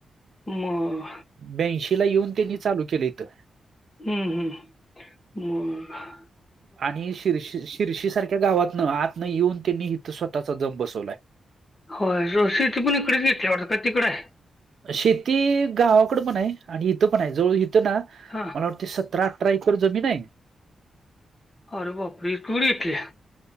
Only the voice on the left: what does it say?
म
हम्म हम्म म
होय ज शेती पण इकडेच घेतली वाटतं का तिकड हाय
हा
अरे बाप रें! <unintelligible> घेतले.